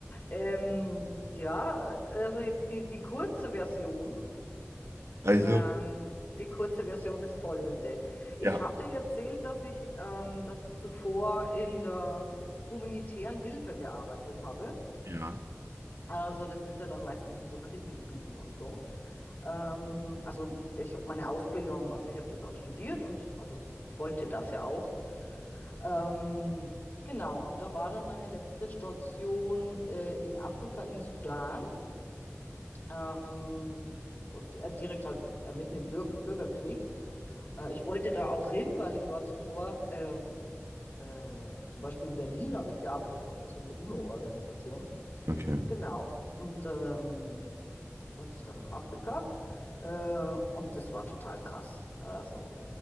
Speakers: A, on the left (about 50°); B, on the right (about 70°).
A: Ähm, ja, also jetzt die, die kurze Version.
B: Also,
A: Ähm, die kurze Version ist folgende. Ich
B: ja.
A: habe dir erzählt, dass ich, ähm, dass ich zuvor in der humanitären Hilfe gearbeitet habe.
B: Ja.
A: Also das ist ja dann meistens in so Krisengebieten und so. Ähm, also ich habe meine Ausbildung, also ich habe das auch studiert und also ich wollte das ja auch. Ähm, genau, und da war dann meine letzte Station äh, in Afrika im Sudan. Ähm, und äh, direkt halt äh, mitten im Bürg Bürgerkrieg. Äh, ich wollte da auch hin, weil ich war zuvor, äh, äh, zum Beispiel in Berlin habe ich gearbeitet, auch für so eine UNO-Organisation.
B: Okay.
A: Genau. Und ähm, wollte ich dann nach Afrika. Äh, und das war total krass. Also,